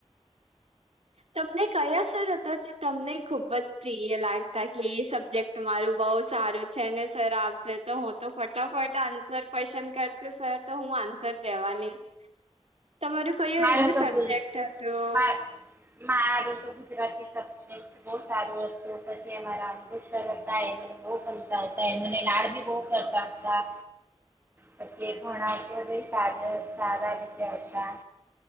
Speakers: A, on the right (about 70°); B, on the right (about 20°).
A: તમને કયા સર હતા જે તમને ખુબ જ પ્રિય લાગતા કે એ સબ્જેક્ટ તમારું બહુ સારું છે ને સર આવશે તો હું તો ફટાફટ આન્સર ક્વેશ્ચન કરશે સર તો હું આન્સર કેવાની તમારું કયું
B: મારું
A: એવું
B: તો
A: સબજેક્ટ
B: ગુલ
A: હતું
B: મા મારું તો ગુજરાતી સબ્જેક્ટ બહુ સારું હતુ તે મારા અંકુર સર એ બો ગમતા હતા એ મને લાડ ભી બો કરતા હતા પછી ઘણા તો સારા વિશે હતા